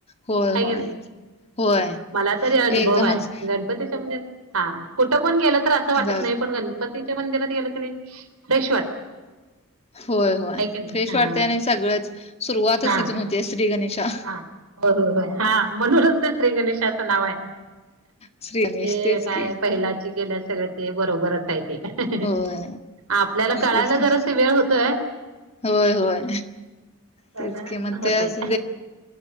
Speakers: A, on the left; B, on the right.
A: होय
B: हैकनी,
A: होय होय
B: मला तरी अनुभव
A: एकदमच
B: हाय. गणपतीच्या मजे -- हा कुठं पण गेलं तर असं वाटत
A: जा
B: नाही, पण गणपतीच्या मंदिरात गेलं कनी फ्रेश --
A: होय. होय.
B: की नाही
A: फ्रेश
B: हा
A: वाटते आणि सगळंच सुरुवातच
B: हा
A: तिथून होते. श्री गणेशा.
B: हा. बरोबर हाय. हा म्हणूनचं श्री गणेशाचं नाव हाय,
A: श्री गणेश
B: ते
A: तेच
B: काय
A: की
B: पहिला ल्यास सगळ ते बरोबर असयच.
A: होय
B: आपल्याला कळायला
A: तेच की
B: जरा अस वेळ होतोय.
A: होय होय
B: पण
A: तेच किंमत
B: होतय.
A: ते अस.